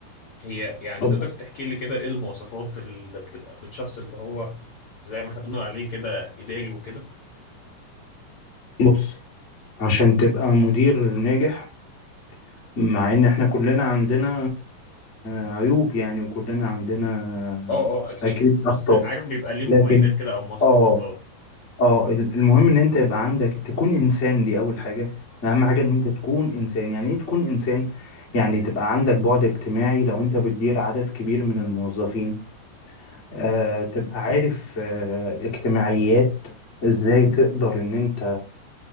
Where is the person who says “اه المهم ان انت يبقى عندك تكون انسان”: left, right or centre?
Left